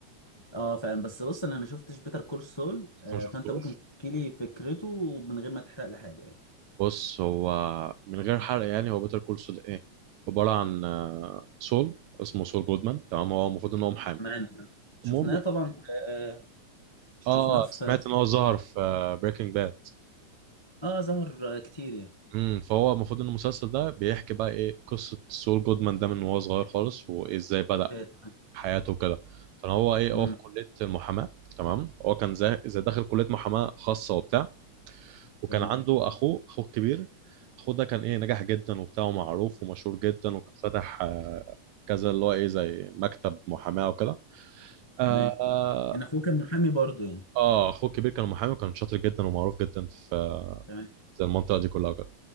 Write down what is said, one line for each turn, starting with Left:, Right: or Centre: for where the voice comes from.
Left: اه فاهم بس بص انا ما شفتش بيتر كول سول
Right: انت
Left: آه
Right: ما شفتوش
Left: فانت ممكن تحكي لي فكرته من غير ما تحرق لي حاجه يعني
Right: بص هو من غير حرق يعني هو بيتر كول سول ايه عباره عن آه، سول اسمه سول جودمان تمام هو المفروض ان هو محامي
Left: تمام شفناه
Right: المهم
Left: طبعا آه شفناه
Right: اه
Left: في
Right: سمعت ان هو ظهر في بريكنج باد
Left: اه ظهر آه، كتير يعني
Right: امم فهو المفروض ان المسلسل ده بيحكي بقى ايه قصه سول جودمان ده من وهو صغير خالص وازاي بدا
Left: آه، تمام
Right: حياته وكده كان هو ايه
Left: امم
Right: هو في كليه المحاماه تمام هو كان زي زي داخل كليه محاماه خاصه وبتاع وكان
Left: تمام
Right: عنده اخوه اخوه الكبير اخوه ده كان ايه نجح جدا وبتاع ومعروف ومشهور جدا وكان فاتح كذا اللي هو ايه زي مكتب محاماه وكده آه
Left: تمام
Right: اه
Left: يعني اخوه كان محامي برضه يعني
Right: آه، اخوه الكبير كان محامي وكان شاطر جدا ومعروف جدا في
Left: تمام
Right: زي المنطقه دي كلها وكده